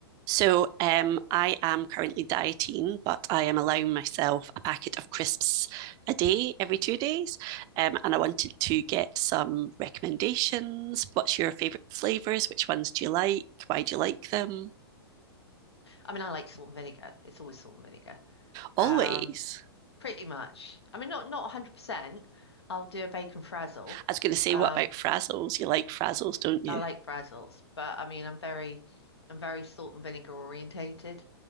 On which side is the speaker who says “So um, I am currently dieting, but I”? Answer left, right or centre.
Right